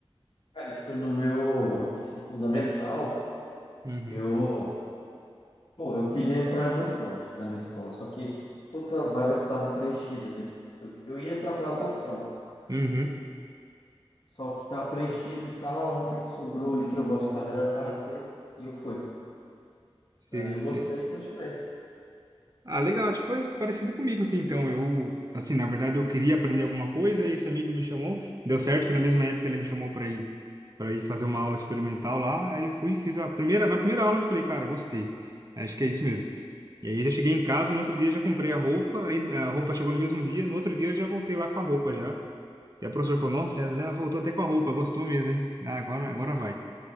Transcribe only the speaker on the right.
Uhum,
uhum,
sei,
sei.
Ah, legal, acho que foi parecido comigo, assim, então, eu, assim, na verdade eu queria aprender alguma coisa e esse amigo me chamou, deu certo que na mesma época ele me chamou para ir, para ir fazer uma aula experimental lá, aí eu fui, e fiz a primeira, na primeira aula eu falei, cara, gostei, acho que é isso mesmo. E aí já cheguei em casa, no outro dia já comprei a roupa, aí a roupa chegou no mesmo dia, no outro dia eu já voltei lá com a roupa já, e a professora falou, nossa, já já voltou até com a roupa, gostou mesmo, hein, ah, agora, agora vai.